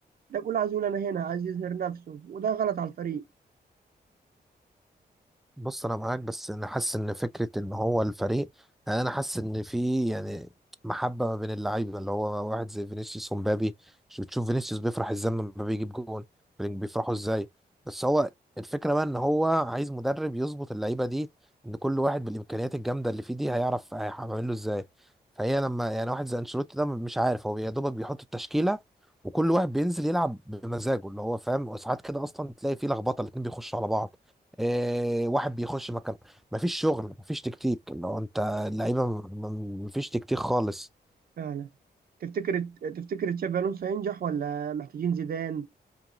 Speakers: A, on the right; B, in the centre.
A: ده كله عايز يقول انا هنا عايز يظهر نفسه وده غلط على الفريق
B: بص انا معاك بس انا حاسس ان فكره ان هو الفريق يعني انا حاسس ان في يعني محبه ما بين اللعيبه اللي هو واحد زي فينيسيوس ومبابي مش بتشوف فينيسيوس بيفرح ازاي لما مبابي يجيب جون بيفرحوا ازاي بس هو الفكره بقى ان هو عايز مدرب يظبط اللعيبه دي ان كل واحد بالامكانيات الجامده اللي فيه دي هيعرف هيعمل له ازاي فهي لما يعني واحد زي انشيلوتي ده مش عارف هو يا دوبك بيحط التشكيله وكل واحد بينزل يلعب بمزاجه اللي هو فاهم وساعات كده اصلا تلاقي فيه لخبطه الاتنين بيخشوا على بعض إيه واحد بيخش مكان مفيش شغل مفيش تكتيك لو انت اللعيبه م- م- مفيش تكتيك خالص
A: فعلا تفتكر تفتكر تشافي الونسو هينجح ولا محتاجين زيدان